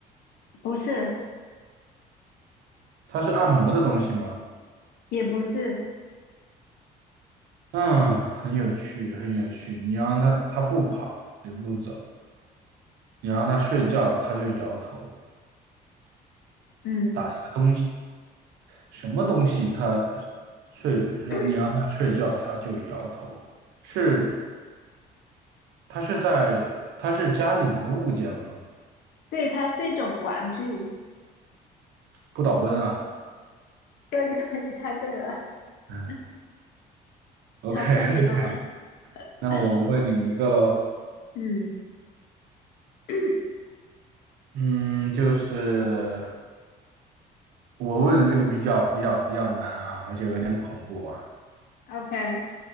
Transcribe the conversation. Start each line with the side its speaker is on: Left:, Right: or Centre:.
Left: 不是，
Right: 它是按摩的东西吗？
Left: 也不是，
Right: 嗯，很有趣，很有趣。你让他他不跑也不走，你让他睡觉，他就摇头。
Left: 嗯，
Right: 打一个什么东西它？他睡让你让他睡觉，
Left: <coughs>
Right: 他就摇头。是他是在他是家里面的物件吗？
Left: 对，它是一种玩具。
Right: 不倒翁啊。
Left: 对对，你猜对了。
Right: 嗯
Left: <laughs>
Right: ，OK，
Left: 你好聪明哦。
Right: <laughs> 那我问你一个喽。
Left: <laughs> 嗯 <clears throat>
Right: 嗯，就是。我问的这个比较比较比较难啊，而且有点恐怖啊。
Left: ，OK，